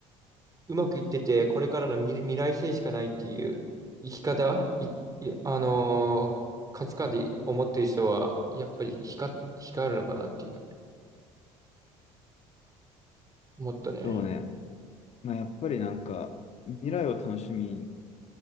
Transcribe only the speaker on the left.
そうねまあやっぱりなんか未来を楽しみに